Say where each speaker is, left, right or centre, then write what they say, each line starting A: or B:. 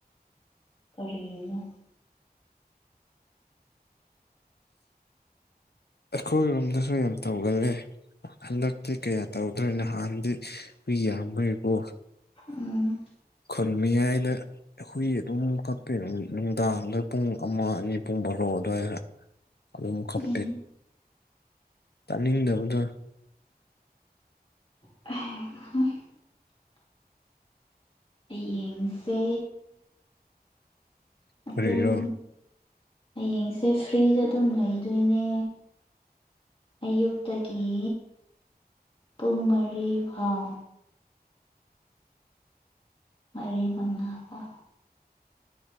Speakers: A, on the left (about 35°); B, on the left (about 80°).
A: ꯀꯔꯤꯅ
B: ꯑꯩꯈꯣꯏꯔꯣꯝꯗꯁꯨ ꯌꯥꯝ ꯇꯧꯒꯜꯂꯦ ꯍꯟꯗꯛꯇꯤ ꯀꯌꯥ ꯇꯧꯗ꯭ꯔꯦ ꯅꯍꯥꯟꯗꯤ ꯍꯨꯏ ꯌꯥꯝꯕꯒꯤꯀꯣ
A: ꯎꯝ
B: ꯈꯨꯟ ꯃꯌꯥꯏꯗ ꯍꯨꯏ ꯑꯗꯨꯝ ꯀꯞꯄꯦ ꯎꯝ ꯅꯨꯡꯗꯥꯡꯗ ꯄꯨꯡ ꯑꯃ ꯑꯅꯤ ꯄꯨꯡ ꯕꯥꯔꯣ ꯑꯗꯨꯋꯥꯏꯔ ꯑꯗꯨꯝ ꯈꯞ__
A: ꯎꯝ
B: ꯇꯥꯅꯤꯡꯗꯕꯅ
A: <unintelligible> ꯑꯩ ꯌꯦꯡꯁꯦ ꯑꯗꯨꯝ
B: ꯀꯔꯤꯔꯣ
A: ꯑꯌꯦꯡꯁꯦ ꯐ꯭ꯔꯤꯗ ꯑꯗꯨꯝ ꯂꯩꯗꯣꯏꯅꯦ ꯑꯌꯨꯛꯇꯒꯤ ꯄꯨꯡ ꯃꯔꯤ ꯐꯥꯎ ꯃꯔꯤ ꯃꯉꯥ ꯐꯥꯎ